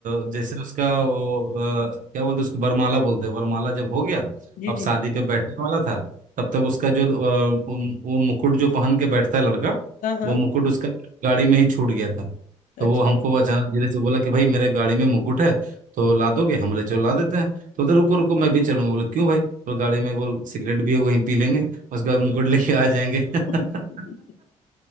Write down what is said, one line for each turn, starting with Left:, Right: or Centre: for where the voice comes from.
Right: अ, जैसे उसका वो अ, क्या बोलते उसको बरमाला बोलते हैं बरमाला जब हो गया
Left: जी
Right: अब
Left: जी
Right: शादी पे बैठने वाला था तब तक उसका जो अ, उम, वो मुकुट जो पहन के बैठता है लड़का
Left: हाँ हाँ
Right: वो मुकुट उसका गाड़ी में ही छूट गया था
Left: अच्छा
Right: तो वो हमको अचानक धीरे से बोला कि भाई मेरे गाड़ी में मुकुट है तो ला दोगे हम बोले चलो ला देते हैं तो उधर रुको रुको मैं भी चलूंगा बोले क्यों भाई तो गाड़ी में बोल सिगरेट भी है वहीं पी लेंगे उसको हम गुड लेके आ जाएंगे <laughs>
Left: <laughs>